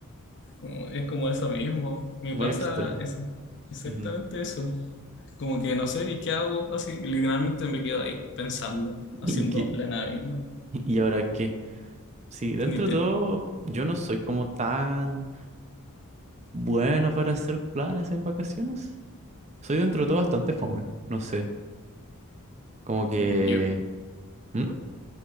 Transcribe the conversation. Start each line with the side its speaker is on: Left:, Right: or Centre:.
Left: Como- es como eso mismo. Me
Right: muy
Left: pasa
Right: extra.
Left: esa- exactamente
Right: Ujú.
Left: eso. Como que no sé, ¿y qué hago? Así, literalmente me quedo ahí pensando,
Right: ¿Y
Left: haciendo
Right: qué?
Left: la nada misma.
Right: ¿Y ahora qué? Sí, dentro
Left: Ni
Right: de
Left: ten-
Right: todo, yo no soy como tan bueno para hacer planes en vacaciones. Soy dentro de todo bastante fome, no sé, como que
Left: yo.
Right: ¿Mm?